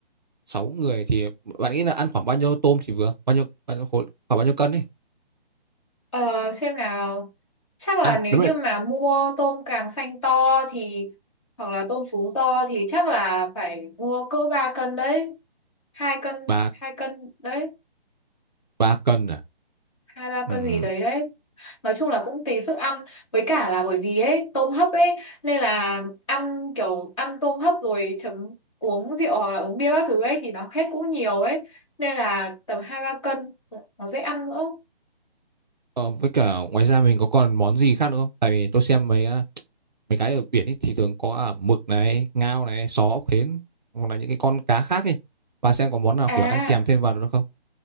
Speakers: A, on the right; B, on the left.
A: 6 người thì bạn nghĩ là ăn khoảng bao nhiêu tôm thì vừa bao nhiêu, bao nhiêu khối, khoảng bao nhiêu cân đi
B: Ờ, xem nào chắc là
A: à
B: nếu
A: đúng
B: như
A: rồi
B: mà mua tôm càng xanh to thì hoặc là tôm sú to thì chắc là phải mua cỡ 3 cân đấy hai cân
A: ba
B: hai cân đấy
A: ba cân à
B: hai ba cân
A: Ừm,
B: gì đấy đấy nói chung là cũng tùy sức ăn với cả là bởi vì ấy tôm hấp ấy nên là ăn kiểu ăn tôm hấp rồi chấm uống rượu hoặc là uống bia các thứ ấy thì nó hết cũng nhiều ấy nên là tầm hai ba cân nó dễ ăn nữa
A: ờ, với cả ngoài ra mình có còn món gì khác nữa không tại vì tôi xem mấy ờ, mấy cái ở biển ấy, thì thường có à, mực này ngao này sò ốc hến hoặc là những cái con cá khác ấy bà xem có món nào
B: à
A: kiểu ăn kèm thêm vào được không